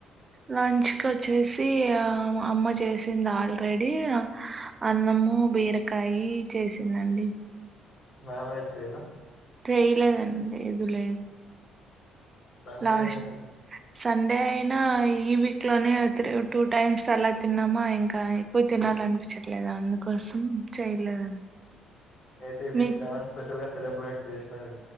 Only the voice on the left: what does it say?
మామచ్ చెయలా
సండే
కాండి
అయితే ఈ వీక్
చాలా స్పెషల్ గా సెలబ్రేట్ చేసినారు